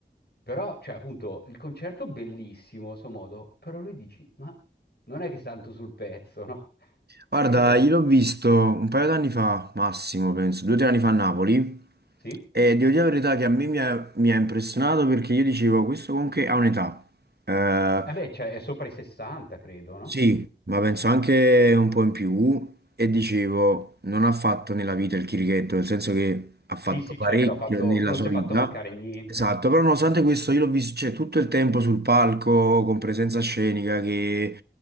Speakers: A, on the left; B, on the right.
A: Però, cioè, appunto, il concerto bellissimo, a suo modo, però lui dici, ma non è che sta tanto sul pezzo, no? <laughs>
B: guarda,
A: C'era-
B: io l'ho visto un paio d'anni fa, massimo, penso, due o tre anni fa a Napoli.
A: Sì?
B: E devo dire la verità che a me mi ha, mi ha impressionato perché io dicevo, questo comunque ha un'età. Eh,
A: Eh beh, cioè, è sopra i 60, credo, no?
B: Sì, ma penso anche un po' in più e dicevo, non ha fatto nella vita il chirichetto, nel senso che ha fatto
A: Sì, sì,
B: parecchio
A: certo, ha fatto...
B: nella
A: non
B: sua
A: si
B: vita.
A: è fatto mancare niente.
B: Esatto, però nonostante questo io l'ho visto, cioè, tutto il tempo sul palco, con presenza scenica, che